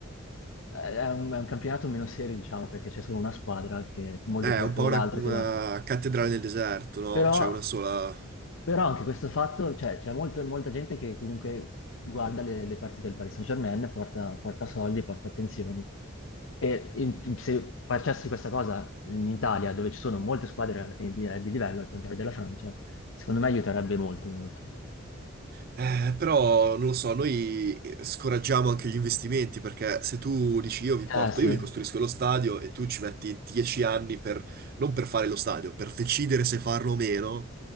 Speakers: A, on the left; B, on the right.
A: è un, è un campionato meno serio, diciamo, perché c'è solo una squadra che è molto
B: È
A: più
B: un
A: forte
B: po'
A: dell'altra,
B: una, una
A: che
B: cattedrale nel deserto, no?
A: però,
B: C'è una sola,
A: però anche questo fatto, cioè, c'è molta, molta gente che comunque guarda le, le partite del Paris Saint-Germain, porta, porta soldi, porta attenzioni. E in- se facessi questa cosa in Italia, dove ci sono molte squadre di, di livello, al contrario della Francia, secondo me aiuterebbe molto, molto.
B: Eh, però non lo so, noi eh, scoraggiamo anche gli investimenti perché se tu dici io vi porto,
A: Eh sì,
B: io vi costruisco lo stadio e tu ci metti dieci anni per, non per fare lo stadio, per decidere se farlo o meno,